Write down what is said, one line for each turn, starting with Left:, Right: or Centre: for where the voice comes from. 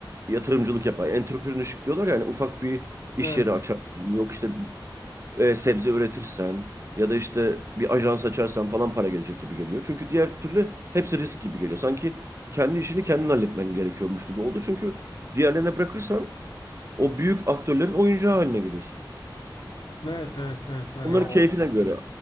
Right: yatırımcılık yapar. Entrepreneurship diyorlar ya hani ufak bir iş
Left: evet.
Right: yeri açarsan. Yok işte e, sebze üretirsen ya da işte bir ajans açarsan falan para gelecek gibi geliyor. Çünkü diğer türlü hepsi risk gibi geliyor. Sanki kendi işini kendin halletmen gerekiyormuş gibi oldu. Çünkü diğerlerine bırakırsan o büyük aktörlerin oyuncağı haline geliyorsun.
Left: Evet evet evet hani
Right: Onların
Left: o
Right: keyfine göre